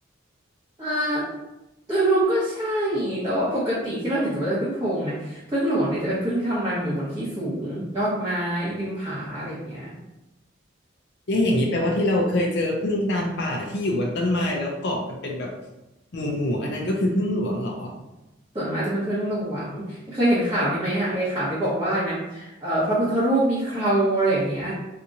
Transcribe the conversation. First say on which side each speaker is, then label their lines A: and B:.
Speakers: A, on the right; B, on the left.
A: อ่าโดยรวมก็ใช่แต่ว่าปกติที่เราเห็นสมมติว่าเป็นผึ้งโพรงนะผึ้งหลวงเนี่ยจะเป็นผึ้งที่ทำรังอยู่บนที่สูงยอดไม้ริมผาอะไรอย่างเงี้ย
B: เอ๊ะอย่างนี้แปลว่าที่เราเคยเจอผึ้งตามป่าที่อยู่บนต้นไม้แล้วเกาะกันเป็นแบบหมู่ๆู่อันนั้นก็คือผึ้งหลวงเหรอ
A: ส่วนมากจะเป็นผึ้งหลวงเคยเห็นข่าวนี้ไหมอะไอ้ข่าวที่บอกว่าอะไรนะเอ่อพระพุทธรูปมีเคราอะไรอย่างเงี้ย